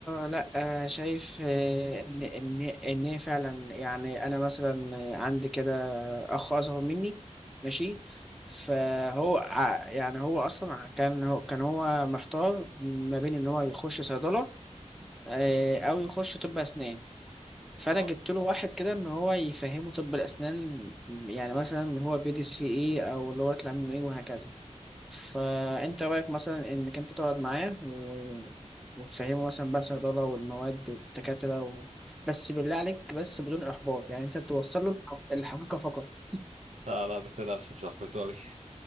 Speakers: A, in the centre; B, on the right (about 65°).
A: لا آه، شايف آه، ان ان ان هي فعلا يعني انا مثلا عندي كده اخ اصغر مني ماشي فهو ع- يعني هو اصلا كان هو كان هو محتار ما بين ان هو يخش صيدله آه، او يخش طب اسنان فانا
B: اه
A: جبت له واحد كده ان هو يفهمه طب الاسنان يعني مثلا هو بيدرس فيه ايه او اللي هو يطلع منه ايه وهكذا فانت رايك مثلا انك انت تقعد معاه و... وتفهمه مثلا بقى الصيدله والمواد والدكاتره و... بس بالله عليك بس بدون احباط يعني انت توصل له الح- الحقيقه فقط
B: لا لا بتقلقش مش هحبطه أوي